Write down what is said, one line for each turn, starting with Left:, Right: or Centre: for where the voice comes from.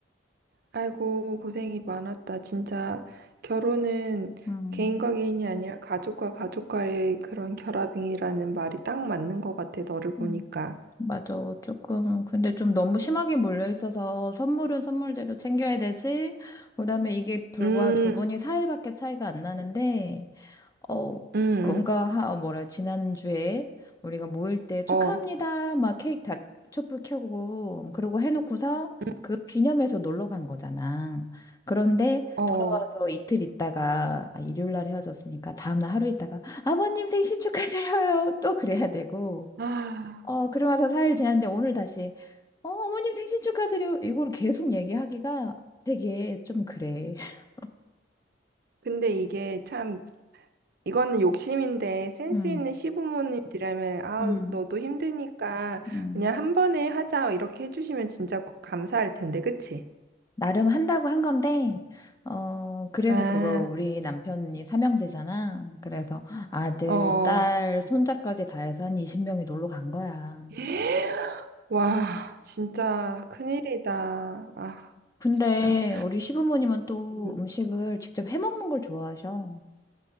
Right: 아이고, 고생이 많았다. 진짜 결혼은
Left: 음,
Right: 개인과 개인이 아니라 가족과 가족과의 그런 결합이라는 말이 딱 맞는 것 같아, 너를 보니까.
Left: 음, 맞아. 조금. 근데 좀 너무 심하게 몰려 있어서 선물은 선물대로 챙겨야 되지. 그다음에 이게 불과
Right: 음,
Left: 두 분이 4일밖에 차이가 안 나는데 어,
Right: 음,
Left: 뭔가,
Right: 음.
Left: 하, 뭐라, 지난주에 우리가 모일 때 축하합니다.
Right: 어,
Left: 막 케이크 다 촛불 켜고, 그러고 해놓고서
Right: 음,
Left: 그 기념해서 놀러 간 거잖아. 그런데
Right: 어.
Left: 돌아와서 이틀 있다가, 아, 일요일 날 헤어졌으니까 다음날 하루 있다가, 아버님 생신 축하드려요. 또 그래야 되고.
Right: 아,
Left: 어, 그러고 나서 4일 지났는데 오늘 다시, 어, 어머님 생신 축하드려요. 이걸 계속 얘기하기가 되게 좀 그래. <laughs>
Right: 근데 이게 참, 이거는 욕심인데 센스
Left: 음,
Right: 있는 시부모님들이라면, 아,
Left: 음,
Right: 너도 힘드니까
Left: 음.
Right: 그냥 한 번에 하자. 이렇게 해주시면 진짜 감사할 텐데, 그치?
Left: 나름 한다고 한 건데, 어, 그래서
Right: 아,
Left: 그거 우리 남편이 삼형제잖아. 그래서 아들,
Right: 어.
Left: 딸, 손자까지 다 해서 한 20명이 놀러 간 거야.
Right: <gasps> 와, 진짜 큰일이다. 아,
Left: 근데
Right: 진짜.
Left: 우리 시부모님은 또
Right: 음.
Left: 음식을 직접 해 먹는 걸 좋아하셔.